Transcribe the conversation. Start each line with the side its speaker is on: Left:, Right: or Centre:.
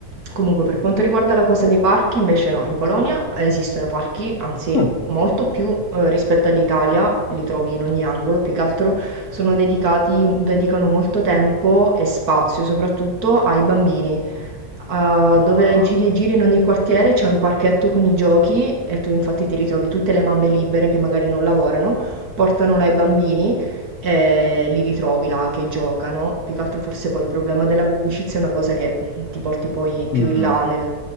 Right: Comunque, per quanto riguarda la cosa dei parchi, invece no, in Polonia esistono parchi, anzi
Left: Mm.
Right: molto più eh, rispetto all'Italia, li trovi in ogni angolo, più che altro sono dedicati, dedicano molto tempo e spazio soprattutto ai bambini, Uhm,
Left: Ah,
Right: dove giri e giri in ogni quartiere c'è un parchetto con i giochi e tu infatti ti ritrovi tutte le mamme libere che magari non lavorano, portano là i bambini e li ritrovi là che giocano. Più che altro forse poi il problema dell'amicizia è una cosa che ti porti poi
Left: mm,
Right: più in là nel